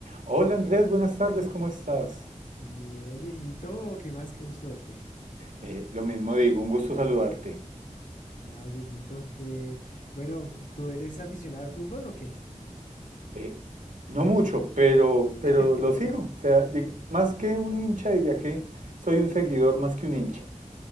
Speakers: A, on the right (about 75°); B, on the left (about 80°).
A: Hola Andrés, buenas tardes, ¿cómo estás?
B: Bien, Dieguito, ¿qué más? Qué gusto verte.
A: Eh, lo mismo digo, un gusto saludarte.
B: Ah, Dieguito, eh, bueno, ¿tú eres aficionado al fútbol o qué?
A: Eh, no mucho, pero, pero
B: <laughs>
A: lo sigo. O sea, di- más que un hincha, diría que soy un seguidor más que un hincha.